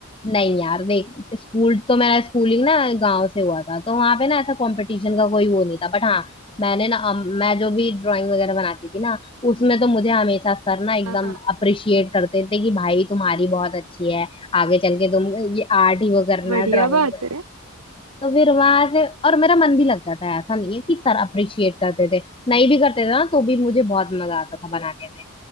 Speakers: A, on the left; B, on the right.
A: नहीं यार देख स्कूल तो मेरा स्कूलिंग ना गांव से हुआ था तो वहां पे ना ऐसा कंपटीशन का कोई वो नहीं था बट हाँ मैंने ना अम, मैं जो भी ड्राइंग वगैरह बनाती थी ना उसमें तो मुझे हमेशा सर ना एकदम
B: हाँ हाँ
A: अप्रिशिएट करते थे कि भाई तुम्हारी बहुत अच्छी है आगे चल के तुम ये आर्ट ही वो करना
B: बढ़िया
A: ड्राइंग
B: बात है
A: तो फिर वहां से और मेरा मन भी लगता था ऐसा नहीं है कि सर अप्रिशिएट करते थे नहीं भी करते थे ना तो भी मुझे बहुत मजा आता था बनाने में